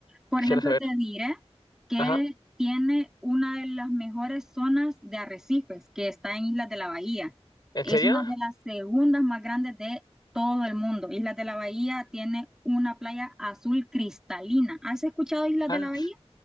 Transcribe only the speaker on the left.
Quisiera
saber.
Ajá.
¿En
serio?
Ah,
s-